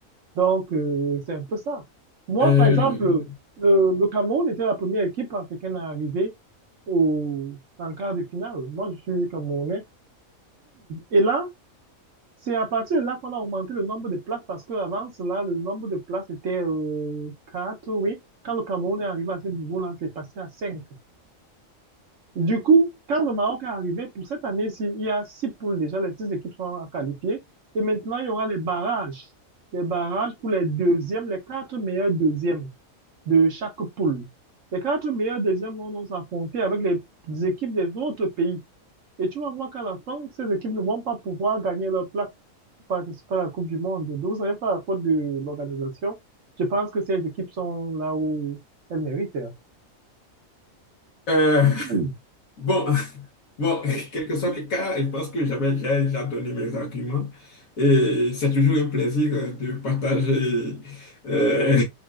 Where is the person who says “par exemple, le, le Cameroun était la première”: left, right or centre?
Right